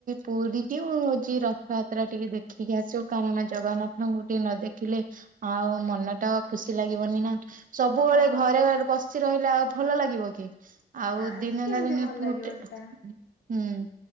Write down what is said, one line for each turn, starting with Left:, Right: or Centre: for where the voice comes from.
Right: ପୁରୀ କି ମୁଁ ହଉଛି ରଥଯାତ୍ରା ଟିକେ ଦେଖି। କି ଆସିବୁ କାରଣ ଜଗନ୍ନାଥଙ୍କୁ ଟିକେ ନ ଦେଖିଲେ ଆଉ ମନ ଟା ଖୁ ଲାଗିବନି ନା ସବୁବେଳେ
Left: ହଁ
Right: ଘରେ ଘରେ ବସି ରହିଲେ ଆଉ ଭଲ ଲାଗିବ କି? ଆଉ
Left: ନା
Right: ଦିନେ
Left: କେମିତି
Right: ନା ଦିନେ
Left: ଭଲ ଲାଗିବ
Right: ଗୋଟେ
Left: ସେଟା।
Right: ହୁଁ